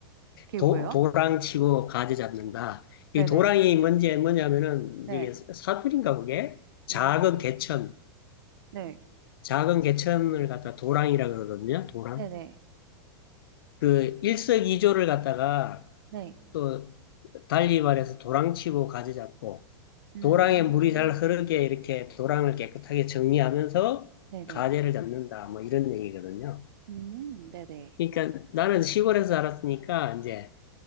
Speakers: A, on the right; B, on the left.
A: 그게
B: 도,
A: 뭐예요?
B: 도랑치고 가재 잡는다.
A: 네네
B: 이 도랑이 뭔지, 뭐냐면은
A: 네.
B: 이게 사투리인가 그게? 작은
A: 음.
B: 개천,
A: 네.
B: 작은 개천을 갖다 도랑이라 그러거든요. 도랑.
A: 네네
B: 그 일석이조를 갖다가
A: 네.
B: 또 달리 말해서 도랑치고 가재 잡고
A: 음.
B: 도랑에 물이 잘 흐르게 이렇게 도랑을 깨끗하게 정리하면서
A: 네네.
B: 가재를 잡는다. 뭐 이런 얘기거든요.
A: 음, 네네.
B: 그러니까 나는 시골에서 자랐으니까 이제